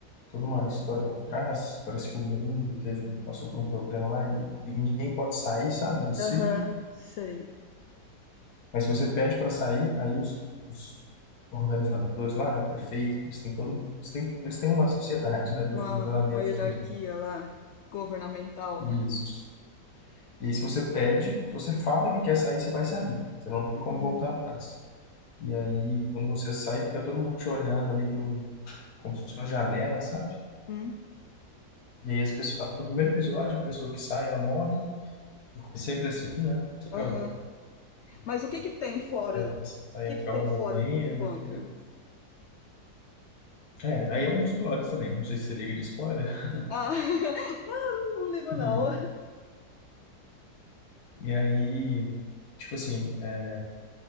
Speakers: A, on the left; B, on the left.
A: toda uma história por trás. Parece que o mundo teve, passou por um problema lá e ninguém pode sair, sabe, do silo.
B: Aham, sei.
A: Mas se você pede para sair, aí os, os organizadores lá, né, o prefeito, que eles têm todo, um, eles têm, eles têm uma sociedade, né, definida
B: Uma,
A: lá dentro
B: uma hierarquia
A: também.
B: lá, governamental.
A: Isso. E aí se você pede, se você fala que quer sair, você vai sair. Você não tem como
B: Uhum,
A: voltar atrás. E aí quando você sai, fica todo mundo te olhando ali por um como se fosse uma janela, sabe?
B: uhum,
A: E aí as pessoas, no primeiro episódio, a pessoa que sai, ela morre Porque sempre assim, né? Sempre
B: aham.
A: alguém
B: Mas o que que tem fora?
A: tenta
B: O
A: passar
B: que
A: e
B: que
A: acaba
B: tem
A: morrendo
B: fora do, do bunker?
A: e tudo. É, aí é um dos plots também. Não sei se você liga de spoiler. <laughs>
B: Ah, <laughs> não ligo
A: E,
B: não.
A: e aí, tipo assim, é,